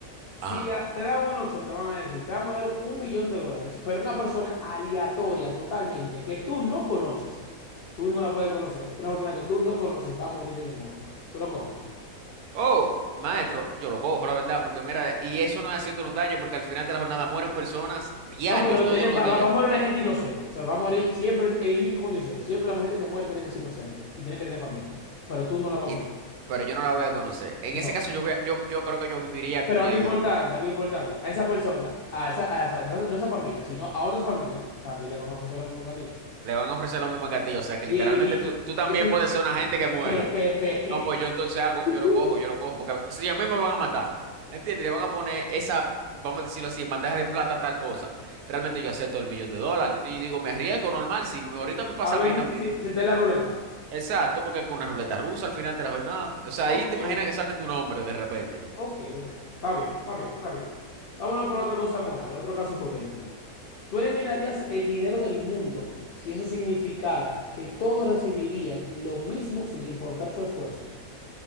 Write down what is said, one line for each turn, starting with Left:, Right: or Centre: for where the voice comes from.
Left: Si
Right: Ajá.
Left: a- te dan una opción, te van a decir, te vamos a dar un millón de dólares, pero una persona aleatoria totalmente, que tú no conoces, tú no la puedes conocer, una persona que tú no conoces va a morir en el mundo. Tú lo coges.
Right: Oh, maestro, yo lo cojo, la verdad, porque mira, y eso no es haciéndole un daño, porque al final de la jornada mueren personas diarios,
Left: No, pero
Right: todos
Left: tiene,
Right: los
Left: va,
Right: días,
Left: va- va a morir una gente inocente. O sea, va a morir siempre, en una condición. Siempre la gente que muere tiene que ser inocente y tiene que tener familia, pero tú no la vas
Right: y
Left: a conocer.
Right: di- pero yo no la voy a conocer. En
Left: No.
Right: ese caso, yo, voy a- yo, yo creo que yo viviría
Left: Pero
Right: con
Left: algo
Right: el,
Left: importante, algo importante. A esa persona, a esa, a esa- no, no a esa familia, sino a otras familias, también le van a ofrecer lo mismo que a ti.
Right: le van a ofrecer lo mismo que a ti, o sea, que
Left: Y,
Right: literalmente
Left: y-
Right: tú, tú también
Left: y eso
Right: puedes ser una gente que muera.
Left: es-
Right: No, pues yo entonces hago,
Left: <laughs>
Right: yo lo cojo, yo lo cojo, porque si a mí me lo van a matar, ¿entiendes? Le van a poner esa, vamos a decirlo así, en bandeja de plata, tal cosa. Realmente yo acepto el millón de dólares y digo, me arriesgo normal, si me- ahorita me pasa
Left: A ver
Right: a mí
Left: si,
Right: también.
Left: si, si está en la ruleta.
Right: Exacto, porque es una ruleta rusa al final de la jornada. O sea, ahí
Left: Ok,
Right: te imaginas
Left: ok.
Right: que sale tu nombre de repente.
Left: Ok, ok. Está bien, está bien, está bien. Vámonos por otra cosa moral, otro caso hipotético. ¿Tú eliminarías el dinero del mundo si eso significara que todos recibirían lo mismo sin importar su esfuerzo?